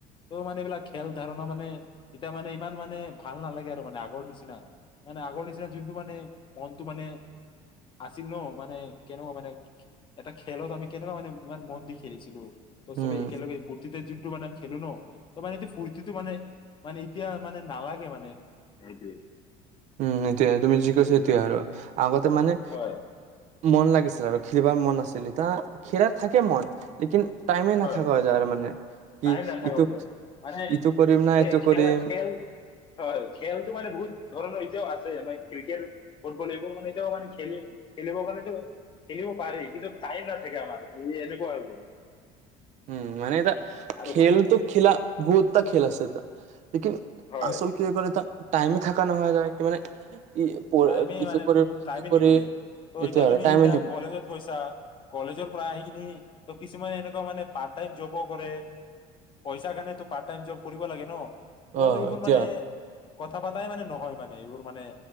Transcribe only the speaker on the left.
ত' মানে এইবিলাক খেল ধাৰণা মানে এতিয়া মানে ইমান মানে ভাল নালাগে আৰু মানে আগৰ নিচিনা, মানে আগৰ নিচিনা যোনটো মানে মনটো মানে আছিল ন মানে, কেনেকুৱা মানে এটা খেলত আমি কেনেকুৱা মানে ইমান মন দি খেলিছিলো। ত
চবেই একেলগে ফূৰ্তিতে যোন ত মানে আমি খেলো ন ত মানে এইটো ফূৰ্তিটো মানে মানে এতিয়া মানে নালাগে মানে সটোয়ে।
হয়
হয়
টাইম নাথাকাও
মানে
খেলা খেল হয় খেলটো মানে বহুত ধৰণৰ এতিয়াও আছে। এমা ই ক্ৰিকেট ফুটবল এইবোৰ মানে এতিয়াও মানে খেলি খেলিবৰ কাৰণে টো খেলিব পাৰি কিন্তু টাইম নাথাকে আমাৰ এই এনেকুৱা হৈ গল।
আৰু
সৰু
হয়
টাইমে
মানে
টাইমে
নিমিলে ত
এতিয়া
তুমি
এতিয়া
কলেজত গৈছা কলেজৰ পৰা আহি কিনি ত কিছুমানে এনেকুৱা মানে পাৰ্ট টাইম জবো কৰে। পইচা কাৰণ তো পাৰ্ট টাইম জব কৰিব লাগে ন ত'
এইবোৰ
মানে কথা পাতাই মানে নহয় মানে এইবোৰ মানে